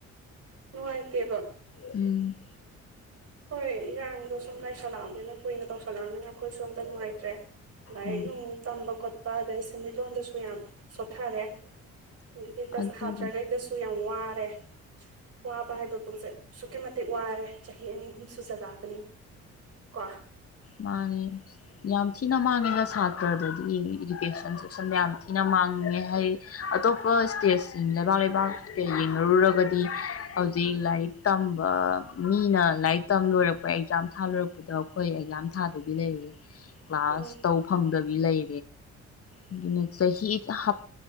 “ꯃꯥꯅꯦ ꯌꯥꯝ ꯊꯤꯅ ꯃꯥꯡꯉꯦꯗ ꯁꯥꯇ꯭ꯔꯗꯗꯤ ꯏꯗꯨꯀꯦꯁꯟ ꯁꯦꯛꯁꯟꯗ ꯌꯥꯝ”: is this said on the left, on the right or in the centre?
Left